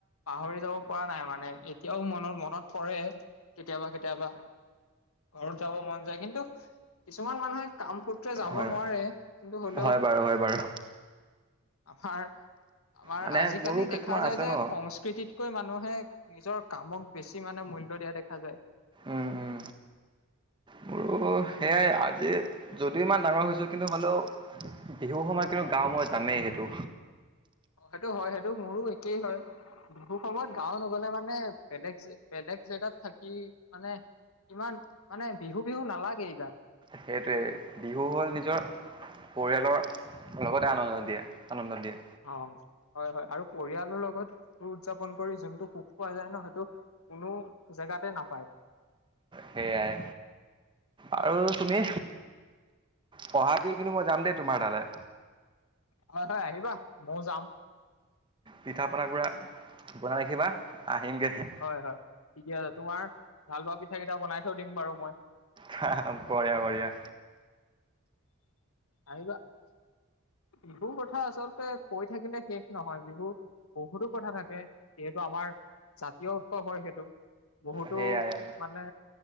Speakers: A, on the left; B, on the right.
A: পাহৰি যাব পৰা নাই মানে এতিয়াও মনৰ মনত পৰে কেতিয়াবা কেতিয়াবা ঘৰত যাব মন যায় কিন্তু কিছুমান মানুহে কামপুত্ৰে যাব
B: হয়
A: নোৱাৰে কিন্তু হলেও
B: হয় বাৰু হয় বাৰু
A: আমাৰ আমাৰ
B: মানে
A: আজিকালি
B: মোৰো
A: দেখা
B: কিছুমান
A: যায়
B: আছে
A: যে
B: ন।
A: সংস্কৃতিত কৈ মানুহে নিজৰ কামক বেছি মানৰ মূল্য দিয়া দেখা যায়
B: উম উম মোৰো সেয়াই আজি যদিও ইমান ডাঙৰ হৈছো কিন্তু হালেও বিহু সময়ত কিন্তু গাও মই জানেই সেইটো
A: অ', সেইটো হয় সেইটো মোৰো একেই হয় বিহু সময়ত গাও নগলে মানে বেলেগ বেলেগ জেগাত থাকি মানে ইমান মানে বিহু বিহু নালাগেই গাত
B: সেইটোৱে বিহু হল নিজৰ পৰিয়ালৰ লগতে আনন্দ দিয়া আনন্দ দিয়ে
A: অ'। হয় হয় আৰু পৰিয়ালৰ লগত স উদযাপন কৰি যোনটো সুখ পোৱা যায় ন হয়টো কোনো জেগাতে নাপায়
B: সেইয়াই আৰু তুমি পঢ়া কিন্তু মই যাম দেই তোমাৰ তালৈ
A: হয় হয় আহিবা মও যাম
B: পিঠা পনা পুৰা বনাই ৰাখিবা আহিমগৈহে
A: হয় হয়। ঠিকে আছে তোমাৰ ভাল পোৱা পিঠা কেইটা বনাই থৈ দিম বাৰু মই
B: হা হা বঢ়িয়া বঢ়িয়া
A: আহিবা বিহুৰ কথা আচলতে কৈ থাকিলে শেষ নহয় বিহুত বহুতো কথা থাকে যিহেতু আমাৰ জাতীয় উৎসৱ হয় সেইটো বহুতো
B: সেইয়াই আৰু
A: মানে